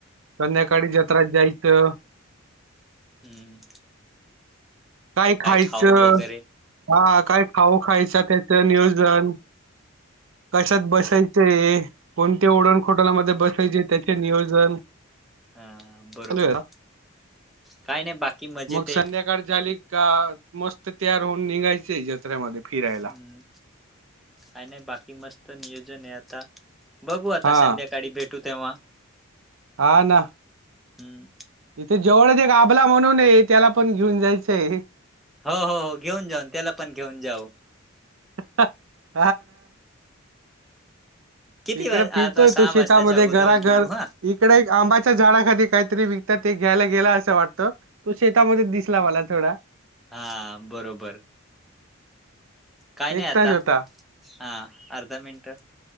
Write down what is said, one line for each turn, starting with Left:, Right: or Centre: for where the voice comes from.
Right: संध्याकाळी जत्रेत जायचं.
Centre: हम्म.
Right: काय खायच
Centre: खाऊ वगैरे
Right: हा काय खाऊ खायच त्याच नियोजन. कशात बसायचे कोणत्या ओडण खोटलामध्ये बसायचे त्याचे नियोजन.
Centre: हा बरोबर
Right: चालू आहे
Centre: काय नाही बाकी. मजेत
Right: मग संध्याकाळ
Centre: आहे
Right: झाली का मस्त तयार होऊन निघायचय जत्रेमध्ये फिरायला.
Centre: हम्म काय नाही बाकी मस्त नियोजन आहे आता बघू आता
Right: हा
Centre: संध्याकाळी भेट तो तेव्हा.
Right: हा ना.
Centre: हम्म.
Right: इथे जवळच एक आभला म्हणून आहे त्याला पण घेऊन जायचं आहे.
Centre: हो हो हो घेऊन जाऊन त्याला पण घेऊन जाऊ.
Right: <unintelligible>
Centre: किती
Right: इकडे
Centre: वाजता
Right: फिरतोय
Centre: आता सहा
Right: तो शेतामध्ये
Centre: वाजताच्या अगोदरज
Right: घराघर
Centre: निघू हा.
Right: इकडे एक आंबाच्या झाडाखाली काहीतरी विकतात ते घ्यायला गेला असं वाटतं. तु शेतामध्ये दिसला मला थोडा
Centre: हां हां बरोबर. काही
Right: एकटाच
Centre: नाही आता,
Right: होता
Centre: हां अर्धा मिनिट